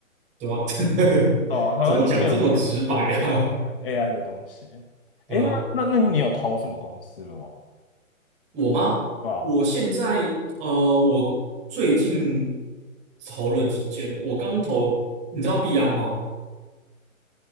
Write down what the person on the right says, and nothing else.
对吧？<laughs>
怎么讲这么直白啊？
<laughs> 对啊，
我吗？
我现在呃，我最近投了几间，我刚投，你知道币安吗？